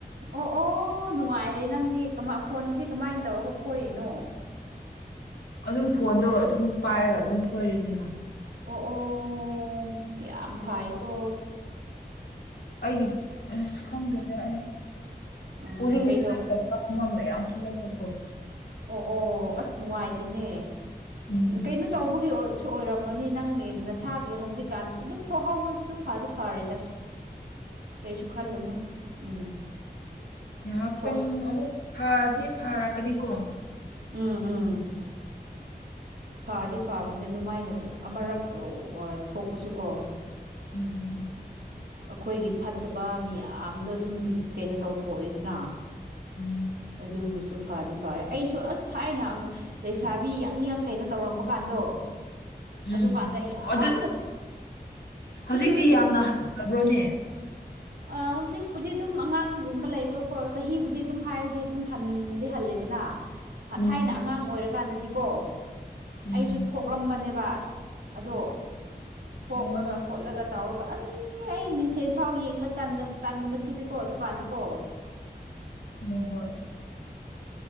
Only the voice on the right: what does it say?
ꯑꯣ ꯑꯣ ꯅꯨꯡꯉꯥꯏꯔꯦ ꯅꯪꯗꯤ ꯀꯃ ꯐꯣꯟꯗꯨꯗꯤ ꯀꯃꯥꯏ ꯇꯧꯔꯒ ꯐꯣꯏꯔꯤꯅꯣ
ꯑꯣ ꯑꯣ ꯌꯥꯝ ꯐꯥꯏ ꯀꯣ
ꯎꯝ
ꯀꯩꯗꯧ
ꯑꯣ ꯑꯣ ꯑꯁ ꯅꯨꯡꯉꯥꯏꯇꯦꯅꯦ
ꯀꯩꯅꯣ ꯇꯧꯕꯒꯤ ꯑꯣꯏ ꯁꯨ ꯑꯣꯏꯔꯝꯃꯅꯤ ꯅꯪ ꯅꯁꯥꯒꯤ ꯍꯧꯖꯤꯛꯀꯥꯟ ꯑꯗꯨꯝ ꯊꯣꯛꯍꯧꯕꯁꯨ ꯐꯗꯤ ꯐꯔꯦꯗ ꯀꯩꯁꯨ ꯈꯜꯂꯨ ꯎꯝ
ꯊꯣꯛ
ꯎꯝ ꯎꯝ ꯐꯗꯤ ꯐꯕꯅꯤ ꯑꯗꯨꯃꯥꯏꯅ <unintelligible> ꯃꯥꯔꯛꯇ ꯊꯣꯛꯄꯁꯨꯀꯣ
ꯑꯩꯈꯣꯏꯒꯤ ꯐꯠꯇꯕ ꯃꯤꯌꯥꯝꯗ ꯑꯗꯨꯝ ꯀꯩꯅꯣ ꯇꯧꯊꯣꯛꯔꯛꯏꯗꯅ
ꯑꯗꯨꯕꯨꯁꯨ ꯐꯥꯗꯤ ꯐꯥꯋꯦ ꯑꯩꯁꯨ ꯑꯁ ꯊꯥꯏꯅ ꯂꯩꯁꯥꯕꯤ ꯌꯪ ꯌꯪ ꯀꯩꯅꯣ ꯇꯧꯔꯝꯕ ꯀꯥꯟꯗꯣ
ꯑꯗꯨꯀꯥꯟꯗ ꯌꯥꯝꯅ
ꯊꯣ
ꯎꯝ
ꯑꯥ ꯍꯧꯖꯤꯛꯄꯨꯗꯤ ꯑꯗꯨꯝ ꯑꯉꯥꯡꯒꯨꯝꯕ ꯂꯩꯕꯀꯣ ꯆꯍꯤꯕꯨꯗꯤ ꯑꯗꯨꯝ ꯍꯥꯏꯔꯗꯤ ꯑꯗꯨꯝ ꯍꯟꯗꯤ ꯍꯜ ꯂꯦꯗꯅ
ꯊꯥꯏꯅ ꯑꯉꯥꯡ ꯑꯣꯏꯔꯥꯀꯥꯟꯗꯗꯤ ꯀꯣ
ꯑꯩꯁꯨ ꯊꯣꯛꯔꯝꯕꯅꯦ ꯕ ꯑꯗꯣ ꯊꯣꯛꯔꯒ
ꯈꯣꯠꯂꯒ ꯇꯧꯔꯒ ꯑꯩ ꯑꯩ ꯃꯤꯟꯁꯦꯟ ꯐꯥꯎ ꯌꯦꯡꯕ ꯇꯟ ꯇꯟꯕꯁꯤꯗꯤꯀꯣ ꯑꯗꯨꯀꯥꯟꯗ ꯀꯣ